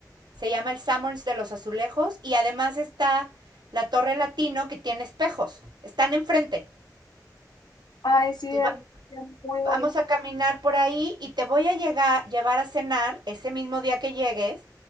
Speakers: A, on the right; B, on the left.
A: se llama el Summers de los Azulejos y además está la Torre Latino que tiene espejos. Están enfrente.
B: Ay, sí,
A: Entonces,
B: de verdad,
A: va-
B: sería muy bonito.
A: vamos a caminar por ahí y te voy a llegar, llevar a cenar, ese mismo día que llegues,